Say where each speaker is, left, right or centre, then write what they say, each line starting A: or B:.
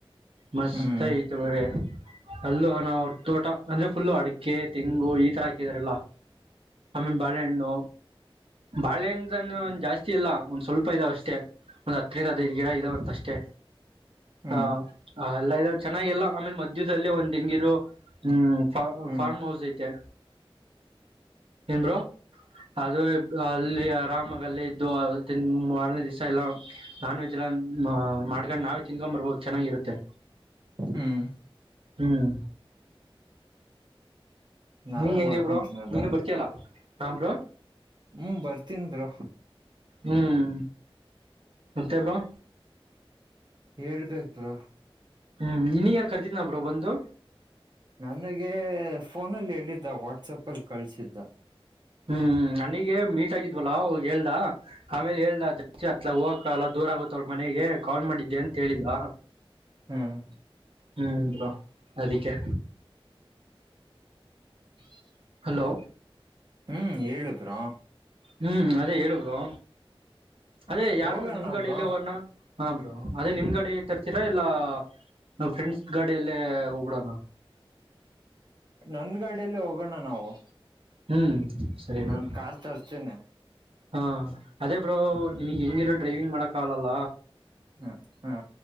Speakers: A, on the right; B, on the right.
A: ಮಸ್ತ್
B: ಹ್ಮ್ ಹ್ಮ್
A: ಆಯ್ತು ಬರ ಹಲೋ ನಾ ತೋಟ ಅಂದ್ರೆ ಫುಲ್ಲು ಅಡಿಕೆ ತೆಂಗು ಈ ತರ ಹಾಕಿದಾರಲ್ಲ ಆಮೇಲ ಬಾಳೆಹಣ್ಣು ಬಾಳೆಹಣ್ಣು ಜಾಸ್ತಿ ಇಲ್ಲ ಒಂದ್ ಸ್ವಲ್ಪ ಇದಾವ ಅಷ್ಟೇ ಒಂದ್ ಹತ್ರರಿನದ ಗಿಡ ಇದಾವ ಅಂತ ಅಷ್ಟೇ
B: ಹ್ಮ್
A: ಹ
B: ಹ್ಮ್
A: ಎಲ್ಲ ಇದಾವ್ ಚೆನ್ನಾಗಿ ಎಲ್ಲ ಆಮೇಲೆ ಮಧ್ಯದದಲ್ಲಿೇ ಒಂದ್ ಹೆಂಗಿರು ಹ್ಮ್ ಫಾರ್ಮ
B: ಹ್ಮ್
A: ಫಾರ್ಮ ಹಾಸ್ ಇತೆ ಏನ್ ಬ್ರೋ ಅದು ಅಲ್ಲಿ ಆರಾಮಾಗ ಅಲ್ಲಿ ಇದ್ದು ಮಾರನೇ ದಿವ್ಸ ಎಲ್ಲಾ ನಾನ್ ವೆಜ್ ಎಲ್ಲ ಮಾಡ್ಕೊಂಡ್ ನಾವೇ ತಿನ್ಕೊಂಡು ಬರಬಹುದು ಚೆನ್ನಾಗಿರುತ್ತೆ
B: ಹ್ಮ್
A: ಹ್ಮ್
B: ನಾವೇ
A: ನೀ ಹೆಂಗಗೆಬ್ರೋ
B: ಮಾಡ್ಕೊಂಡ್ ತಿನ್ನದ
A: ನೀನು ಬರ್ತೀಯಲ್ಲ ಹಾ ಬ್ರೋ
B: ಹ್ಮ್ ಬರ್ತಿನ್ ಬ್ರೋ
A: ಹ್ಮ್ ಮಂತೆ ಬ್ರೋ
B: ಹೇಳ್ಬೇಕ ಬ್ರ
A: ಹ್ಮ್ ಇನ್ನಗ ಏನ್ ಕರ್ತಿದ್ನ ಬ್ರೋ ಬಂದು,
B: ನನಗೆ ಫೋನಲ್ಲಿ ಹೇಳಿದ್ದ ವಾಟ್ಸಪ್ ಅಲ್ಲಿ ಕಳ್ಸಿದ್ದ,
A: ಹ್ಮ್ ನನಗೆ ಮೀಟ್ ಆಗಿದ್ವಲ್ಲ ಅವಾಗ ಹೇಳ್ ದ ಆಮೇಲೆ ಹೇಳ ಜಾಸ್ತಿ ಅತ್ ಹೋಗಕ ಎಲ್ಲ ದೂರ ಆಗುತ್ತೆ ್ರ ಮನೆಗೆ ಕಾಲ್ ಮಾಡಿದ್ದೆ ಅಂತ ಹೇಳಿದ
B: ಹ್ಮ್
A: ಹ್ಮ್ ಬ್ರೋ ಅದಕ್ಕೆ,
B: <unintelligible>
A: ಹಲೋ
B: ಹ್ಮ್ ಏಳು ಬ್ರೋ,
A: ಹ್ಮ್ ಅದೇ ಹೇಳು ಬ್ರೋ, ಅದೇ ಯಾರ್ದು
B: ಹೋಗೋಣ
A: ನಿಮ್ ಗಡಿಯಲ್ಲಿ
B: ಬ್ರೋ
A: ಹೋಗೋಣ ಹಾ ಬ್ರೋ, ಅದೇ ನಿಮ್ಗಡೆ ತರ್ತೀರಾ ಇಲ್ಲ. ನಾವು ಫ್ರೆಂಡ್ಸ್ ಗಾಡಿಯಲ್ಲೇ ಹೋರಡೋಣ? <unintelligible>
B: ನನ್ ಗಾಡಿಯಲ್ಲ ಹೋಗೋಣ ನಾವು
A: ಹ್ಮ್ ಸರಿ
B: ನಾನ್
A: ಬ್ರೋ
B: ಕಾರ್ ತರ್ತೀನಿ.
A: ಹಾ ಅದೇ ಬ್ರೋ ನಿಿನಗ್ ಹೆಂಗಿರೋ ಡ್ರೈವಿಂಗ್ ಮಾಡಕ್ ಆಗಲ್ಲ.
B: ಹ್ಮ್ ಹಾ